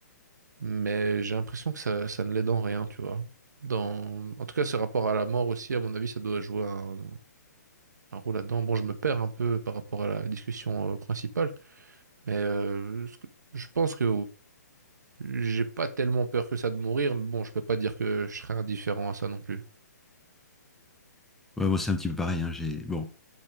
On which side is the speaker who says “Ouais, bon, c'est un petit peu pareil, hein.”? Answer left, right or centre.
Centre